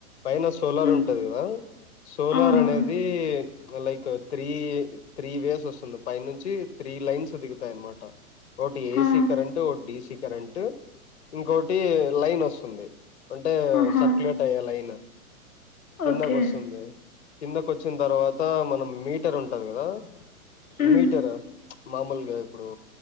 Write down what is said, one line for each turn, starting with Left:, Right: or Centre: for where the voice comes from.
Left: పైన సోలార్
Centre: మ్మ్
Left: ఉంటది కదా సోలార్
Centre: అవునవును
Left: అనేది లైక్ త్రీ త్రీ వేస్ వస్తుంది పై నుంచి త్రీ లైన్స్ దిగుతాయినమాట ఓటి
Centre: హా
Left: ఏసీ ఇంకో డసీ కరెంట్ ఇంకోొటి లైన్ వస్తుంది అంటే
Centre: ఆహా
Left: సర్కు్యులేట్ అయ్యా లైన్ కిందక
Centre: ఓకే
Left: వస్తుంది కిందక వచ్చిన తర్వాత మనం మీటర్ ఉంటది కదా
Centre: మ్మ్
Left: మీటర్ మామూలుగా ఇప్పుడు